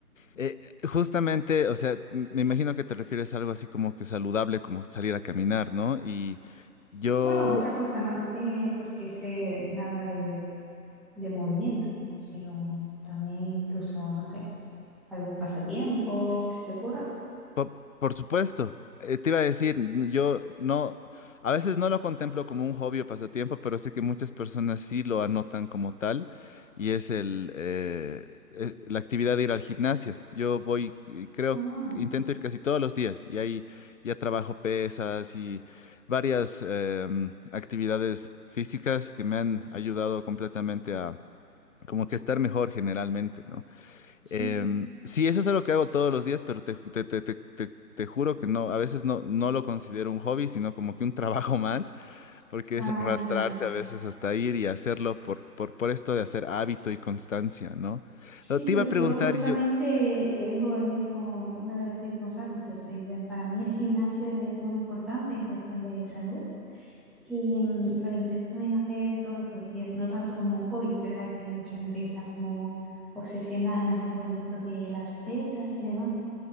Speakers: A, on the left (about 55°); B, in the centre.
A: eh, justamente, o sea, m- me imagino que te refieres a algo así como que saludable, como salir a caminar, ¿no? Y yo
B: Bueno, otra cosa, no, no tiene por qué ser nada de, de movimiento, sino también incluso, no sé, algún pasatiempo que se te ocurra.
A: Po- Por, supuesto, Eh, te iba a decir, n- yo no, a veces no lo contemplo como un hobby o pasatiempo, pero sé que muchas personas sí lo anotan como tal y es el, eh, eh, la actividad de ir al gimnasio. Yo voy, eh, creo,
B: Ah,
A: que intento ir casi todos los días y ahí ya trabajo pesas y varias em, actividades físicas que me han ayudado completamente a como que estar mejor generalmente, ¿no?
B: sí,
A: Em, sí, eso es algo que hago todos los días, pero te, ju- te, te, te, te- te juro que no, a veces no, no lo considero un hobby, sino como que un trabajo <laughs> más, porque es
B: ah,
A: arrastrarse
B: claro.
A: a veces hasta ir y hacerlo por, por, por esto de hacer hábito y constancia, ¿no?
B: Sí,
A: Pero te
B: pues
A: iba a preguntar,
B: yo justamente
A: yo,
B: tengo el mismo, uno de los mismos hábitos. eh, ya Para mí el gimnasio es muy importante en cuestión de salud. Y mm, lo intento también hacer todos los días, no tanto como un hobby, es verdad que hay mucha gente que está como obsesionada, ¿no? Con esto de las pesas y demás.